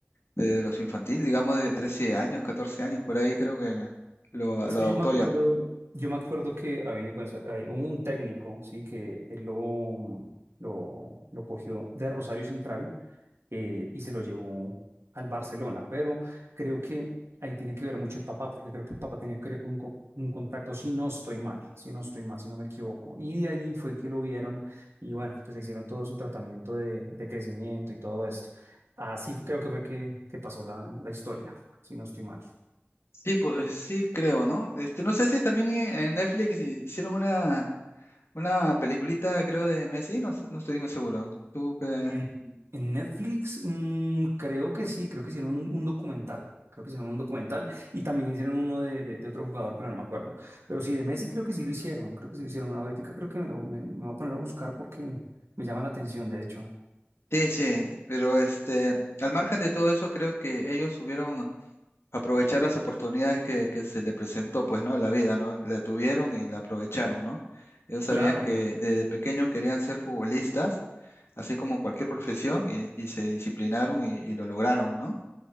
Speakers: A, on the left; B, on the right.
A: de los infantiles, digamos de 13 años, 14 años, por ahí creo que lo,
B: Es
A: lo
B: que
A: adoptó
B: yo me acuerdo,
A: ya.
B: yo me acuerdo que había, bueno, o sea, hay- un técnico, sí, que él lo, lo, lo cogió de Rosario Central eh, y se lo llevó al Barcelona, pero creo que ahí tiene que ver mucho el papá, porque creo que el papá tenía que ver con co- un contacto, si no estoy mal, si no estoy mal, si no me equivoco. Y de ahí fue que lo vieron y bueno, pues le hicieron todo su tratamiento de, de crecimiento y todo esto. Así creo que fue que, que pasó la, la historia, si no estoy mal.
A: Sí, pues sí creo, ¿no? Este, no sé si también en en Netflix hi- hicieron una, una peliculita, creo, de Messi, no, sé- no estoy muy seguro. Tú que...
B: En, en Netflix, mm, creo que sí, creo que hicieron un, un documental. Creo que hicieron un documental y también hicieron uno de, de- de otro jugador, pero no me acuerdo. Pero sí, de Messi creo que sí lo hicieron, creo que sí lo hicieron. Ahorita creo que me, lo, me, me voy a poner a buscar porque me llama la atención, de hecho.
A: Sí, sí, pero este, al margen de todo eso, creo que ellos subieron aprovechar las oportunidades que, que se le presentó, pues, ¿no? En La vida, ¿no? La tuvieron y la aprovecharon, ¿no? Ellos sabían
B: Claro,
A: que desde pequeño querían ser futbolistas, así como cualquier profesión, y, y se disciplinaron y, y lo lograron, ¿no?